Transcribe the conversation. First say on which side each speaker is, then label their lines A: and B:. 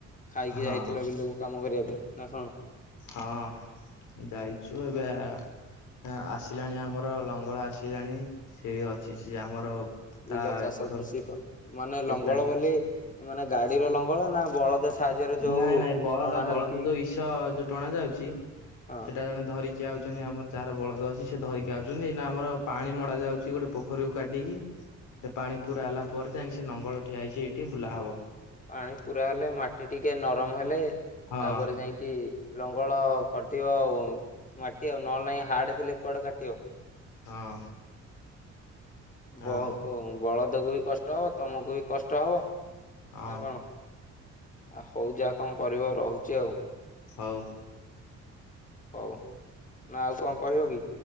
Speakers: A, on the left; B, on the left.
A: ଖାଇକି
B: ହଁ
A: ଯାଇଥିଲ ବିଲକୁ? କାମ କରିବା ପାଇଁ ନା କଣ?
B: ହଁ ଯାଇଛୁ ଏବେ ନା ଆସିଲାଣି ଆମର ଲଙ୍ଗଳ ଆସିଲାଣି ସେ ଅଛି ସେ ଆମର ତା
A: ବିଲ ଚାଷ
B: ଏପଟ
A: ଚୁଶି କ ମାନେ
B: ଏପଟା
A: ଲଙ୍ଗଳ ବୋଲି ମାନେ ଗାଡିର ଲଙ୍ଗଳ ନା ବଳଦ ସାହାଯ୍ୟରେ ଯୋଉ
B: ନାଇଁ ନାଇଁ ବଳଦ
A: ଟଣା
B: ବଳଦ
A: ହେଇକି
B: ଯୋଉ ଇସ ଯୋଉ ଟଣା ଯାଉଛି
A: ହଁ
B: ସେଟା ଜଣେ ଧରି ଯାଉଛନ୍ତି ଆମର ଯାହାର ବଳଦ ଅଛି ସେ ଧରିକି ଆଉଛନ୍ତି ଏନା ଆମର ପାଣି ମଡା ଯାଉଛି ଗୋଟେ ପୋଖରୀକୁ କାଟିକି। ସେ ପାଣି ପୁରା ହେଲା ପରେ ଯାଇକି ସେ ନଙ୍ଗଳ ଠିଆ ହେଇଛି ଏଇଠି ବୁଲା ହବ।
A: ପାଣି ପୁରା ହେଲେ ମାଟି ଟିକେ ନରମ ହେଲେ
B: ହଁ
A: ତାପରେ ଯାଇକି ଲଙ୍ଗଳ କଟିବ ଉଁ, ମାଟି ଆଉ ନହେଲେ ନାହିଁ ହାଡ୍ ଥିଲେ କୁଆଡେ କାଟିବ।
B: ହଁ। ହଁ
A: ବ- କୁ ବଳଦକୁ ବି କଷ୍ଟ ତୋମକୁ ବି କଷ୍ଟ ହବ।
B: ଅଁ,
A: ନା କଣ? ଆ, ହଉ ଯା କଣ କରିବ, ରହୁଚି ଆଉ।
B: ହଉ।
A: ହଉ, ନା ଆଉ କଣ କହିବ କି?